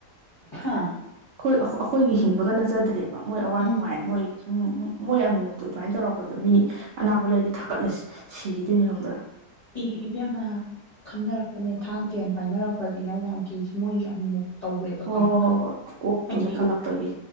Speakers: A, on the left (about 35°); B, on the right (about 70°).
A: ꯍꯥꯥ
B: ꯑꯩꯈꯣꯏ ꯑꯩꯈꯣꯏꯒꯤ ꯍꯤꯡꯕꯒ ꯅꯠꯆꯗ꯭ꯔꯦꯕ ꯃꯣꯏ ꯑꯋꯥ
A: ꯎꯝ
B: ꯅꯨꯡꯉꯥꯏ ꯃꯣꯏꯁꯨꯝ ꯃꯣꯏ ꯑꯃꯨꯃꯨꯛ ꯑꯗꯨꯃꯥꯏꯅ ꯇꯧꯔꯛꯄꯗ ꯃꯤ ꯑꯅꯥꯕ ꯂꯩꯔꯗꯤ ꯊꯛꯀꯠꯂ ꯁꯤꯈꯤꯗꯣꯏꯅꯤ ꯈꯪꯕ꯭ꯔꯥ
A: ꯑꯦ ꯏꯕꯦꯝꯃ ꯈꯟꯅꯔꯛꯄꯅꯦ ꯊꯥꯡ ꯇꯦꯟ ꯄꯥꯏꯅꯔꯛꯄꯁꯤꯅꯦ ꯑꯩꯅ ꯌꯥꯝ ꯀꯤꯁꯤ ꯃꯣꯏꯒꯤ ꯑꯃꯨꯃꯨꯛ ꯇꯧꯋꯦꯕ
B: ꯍꯣꯏ
A: ꯈꯪꯉꯕ
B: ꯍꯣꯏ ꯍꯣꯏ ꯍꯣꯏ ꯀꯣꯛꯇꯣ
A: ꯍꯥꯏꯗꯤ
B: ꯂꯩꯈꯠꯂꯛꯄꯒꯤ